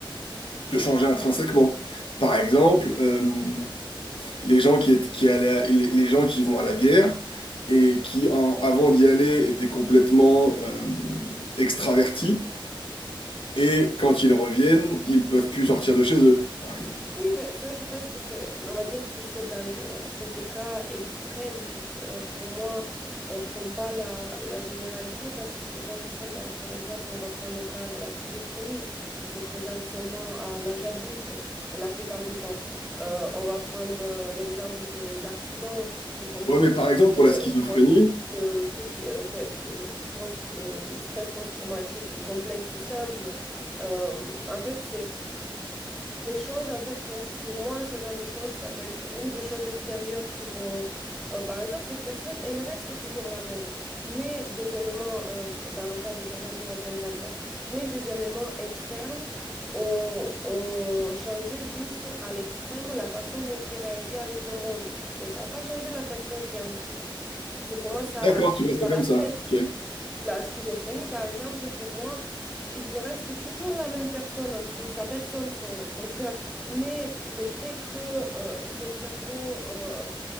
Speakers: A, on the left; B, in the centre.
A: te changer intrinsèquement. Par exemple, euh, les gens qui, étaient- qui allaient à- les, les gens qui vont à la guerre et qui, en- avant d'y aller, étaient complètement euh, extravertis et quand ils reviennent, ils peuvent plus sortir de chez eux, par exemple.
B: Oui, mais ça, je pense que c'est, on va dire que c'est dans, euh, c'est des cas extrêmes qui, euh, pour moi, euh, font pas la, la généralité parce que c'est des cas extrêmes. Dans- Par exemple, on va prendre le cas de la schizophrénie qui se présente seulement à l'âge adulte euh, la plupart du temps. Euh, on va prendre euh, l'exemple des accidents ou, comme tu
A: Ouais, mais
B: dis,
A: par exemple,
B: des
A: pour la
B: euh,
A: schizophrénie,
B: post, euh, PT, euh, pe- euh, post, euh, stress post-traumatique complexe ou simple. Euh, en fait, c'est des choses, en fait, pour, pour moi, ce genre de choses, ça peut être ou des choses extérieures qui vont... euh, par exemple, cette personne, elle reste toujours la même, mais des éléments, euh, dans le cas de quelqu'un qui revient de la guerre, mais des éléments externes ont, ont changé juste à l'extrême la façon dont il réagit avec le monde. Mais ça n'a pas changé la personne qui est en dessous. C'est comment ça,
A: d'accord, tu vois ça
B: ça
A: comme
B: l'affecte.
A: ça. Ok.
B: La schizophrénie, par exemple, pour moi, il reste toujours la même personne en dessous, sa personne, son, son cœur, mais le fait que euh, son cerveau euh,